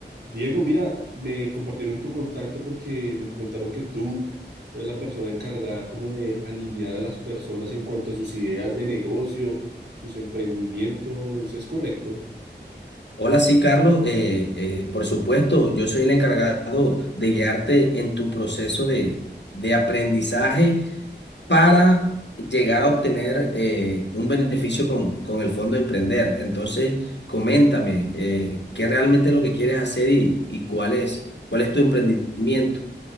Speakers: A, on the right (about 65°); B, on the left (about 70°).
A: Diego, mira, me compartieron tu contacto porque me comentaron que tú eres la persona encargada como de alinear a las personas en cuanto a sus ideas de negocio, sus emprendimientos. ¿Es correcto?
B: Hola, sí, Carlos. eh, eh, por supuesto, yo soy el encargado de guiarte en tu proceso de, de aprendizaje para llegar a obtener eh, un beneficio con, con el Fondo Emprender. Entonces, coméntame, eh, ¿qué realmente es lo que quieres hacer y, y cuál es, cuál es tu emprendimiento?